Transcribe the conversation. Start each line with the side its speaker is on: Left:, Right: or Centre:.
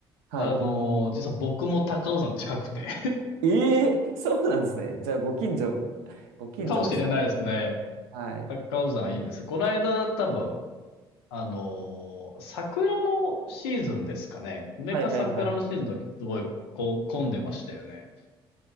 Right: はい。
Left: あのー実は僕も高尾山近くて
Right: ええそうなんですね。じゃあ、ご近所、ご近所ですね。
Left: <laughs> かもしれないですね。
Right: はい。
Left: 高尾山いいです。この間多分、あのー桜のシーズンですかね。梅か桜のシーズンの時、
Right: はいはいはい。
Left: すごいこう混んでましたよね。